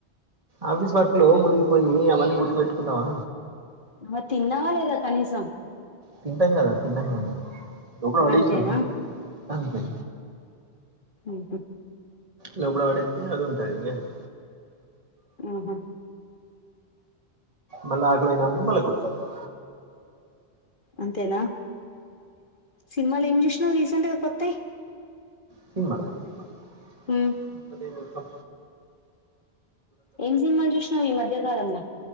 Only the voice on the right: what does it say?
ఆఫీస్ వర్క్ లో మునిగిపోయి అవన్నీ గుర్తుపెట్టుకుంటావా
తింటాం కదా తిన్నా ఎప్పుడు పడిసాం
అే
లోబడ వాడేతే అది ఉంటది అంత
మళ్ళ ఆగలైన్ అం మళ్ళ గుతతు
సిని సినిమలం